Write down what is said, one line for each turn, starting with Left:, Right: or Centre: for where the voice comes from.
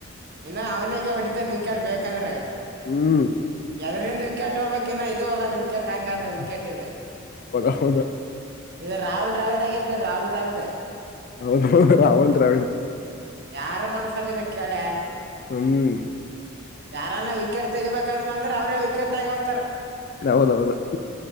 Right: ಇನ್ನು ಅವನಾಗ ಹೊಡಿತಾನ ವಿಕ್ಯಾಡ್ ಬೇಕಾದ್ರೆ
Left: ಹ್ಮ್
Right: ಎದರಿಂದ ವಿಕ್ಯಾ ಹೋಗಬೇಕ ಇದು ಹೋಗಲ್ಲ ವಿಕೆಟ್. ಹಂಗದ
Left: <unintelligible>
Right: ವಿಕೆಟ್ ಇದು ಇದು ರಾಹೂಲ್ ಡ್ರಾವಿಡ್ ಆಗಿದ್ ರಾಹೂಲ್ ಡ್ರಾವಿಡ್.
Left: ಹೌದೌದು ರಾಹುಲ್ ದ್ರಾವಿಡ್.
Right: ಯಾರ ಮನಸಲ್ಲಿದೆ ಕೇಳೆ
Left: ಹ್ಮ್
Right: ಯಾರನ್ನ ವಿಕೆಟ್ ತೆಗಿಬೇಕ. ಹಾಕಂದ್ ಬಂದ್ರ ಅವ್ರೇ ವಿಕೆಟ್ ಆಗಿ ಹೊಕ್ಕರ.
Left: ಹೌದೌದು